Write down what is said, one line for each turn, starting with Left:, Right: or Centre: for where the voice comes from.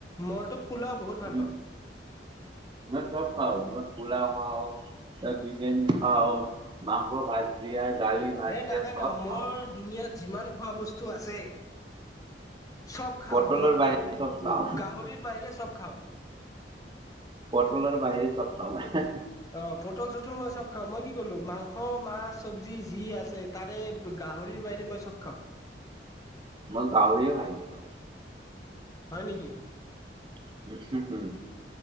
Left: মইতো পোলাও বহুত ভাল
Right: উম,
Left: পাওঁ।
Right: মই চব খাওঁ যিমান পোলাও খাও এই বিৰিয়ানী খাও মাংস ভাজি দালি, ভাজি
Left: এ তাকেতো
Right: চব খাওঁ।
Left: মোৰ দুুনীয়াত যিমান খোৱা বস্তু আছে চব খাও
Right: পটলৰ
Left: তোমাৰ
Right: বাহিৰে
Left: গাহৰি
Right: চব খাওঁ
Left: গাহৰিৰ বাহিৰে চব খাওঁ।
Right: পটলৰ বাহিৰে চব খাওঁ মই।
Left: অ পটল চটল মই চব খাওঁ মই কি ক'লো মাংস, মাছ, চবজি যি আছে তাৰে গাহৰিৰ বাহিৰে মই চব খাওঁ।
Right: মই গাহৰিও খাইছোঁ।
Left: হয় নিকি?
Right: <unintelligible>